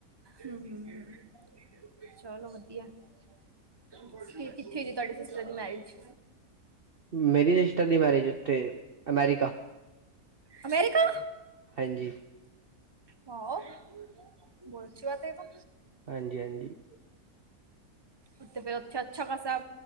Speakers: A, on the right (about 15°); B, on the right (about 40°).
A: ਹੂੰ ਹੂੰ ਹੂੰ, ਚਲੋ ਵਧੀਆ। ਸੀ ਕਿੱਥੇ ਹੁਈ ਦੀ ਤਾਡੀ ਸਿਸਟਰ ਦੀ ਮੈਰਿਜ?
B: ਮੇਰੀ ਸਿਸਟਰ ਦੀ ਮੈਰਿਜ ਉੱਥੇ ਅਮੈਰੀਕਾ।
A: ਅਮੈਰੀਕਾ!
B: ਹਾਂਜੀ।
A: ਵਾਔ! ਬੋਤ ਅੱਛੀ ਬਾਤ ਏਤਾਂ।
B: ਹਾਂਜੀ- ਹਾਂਜੀ।
A: ਊਤੇ ਫੇਰ ਓਥੇ ਅੱਛਾ ਖ਼ਾਸਾ